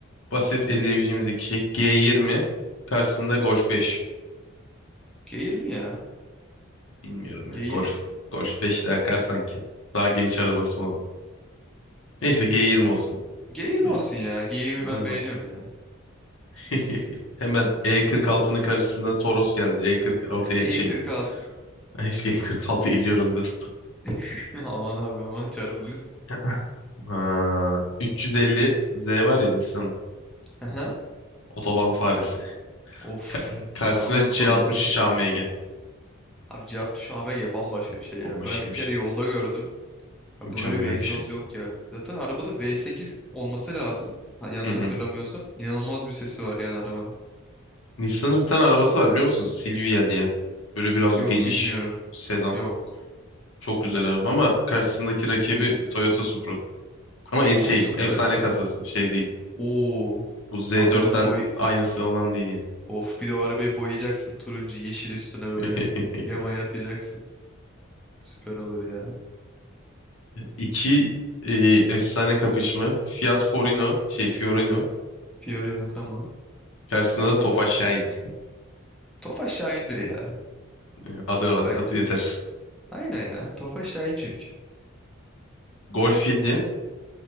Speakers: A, on the left; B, in the centre.
A: basit eleyebileceğimiz iki şey. g yirmi. Karşısında Golf beş.
B: G20 ya.
A: Bilmiyorum ya.
B: G20.
A: Golf. Golf 5 de akar sanki. Daha genç arabası falan. Neyse g yirmi olsun.
B: G20
A: Yani,
B: olsun ya. G20
A: olmaz.
B: ben beğeniyorum ya.
A: <laughs> Hemen E46'nın karşısında Toros geldi. E46'ya şey
B: E46.
A: <laughs> işte E46 eliyorum dedim.
B: <laughs> Aman abi aman çarpılırsın.
A: <laughs> Ha, 350 Z var ya Nissan
B: Aha.
A: otoban faresi.
B: Of.
A: Ka- karşısına
B: Sağdan soldan.
A: C63 AMG.
B: Abi C60 AMG bambaşka bir şey
A: Bambaşka
B: ya. Ben bir
A: bir
B: kere
A: şey.
B: yolda gördüm. Ya
A: Mükemmel
B: böyle bir egzoz
A: bir şey.
B: yok ya. Zaten arabada V8 olması lazım. Ha, yanlış
A: Hı hı.
B: hatırlamıyorsam. İnanılmaz bir sesi var yani arabanın.
A: Nissan'ın bir tane arabası var biliyor musun? Silvia diye. Böyle biraz
B: Yok
A: geniş
B: bilmiyorum.
A: sedan.
B: Yok.
A: Çok güzel araba ama karşısındaki rakibi Toyota Supra. Ama el-
B: o
A: şey
B: Supra
A: efsane
B: ya.
A: kasası şey değil.
B: Oo.
A: Bu Z4'ten
B: Abi bir de onun boyu
A: aynısı olan değil ya.
B: Of bir de o arabayı boyayacaksın turuncu yeşil üstüne böyle.
A: <laughs>
B: Yamaya atacaksın. Süper olur ya.
A: İki e, efsane kapışma. Fiat Forino, şey Fiorino.
B: Fiorino tamam.
A: Karşısında da Tofaş Şahin.
B: Tofaş Şahin'dir ya
A: <laughs> Adı,
B: bence.
A: adı yeter.
B: Aynen ya. Tofaş Şahin çünkü.
A: Golf 7.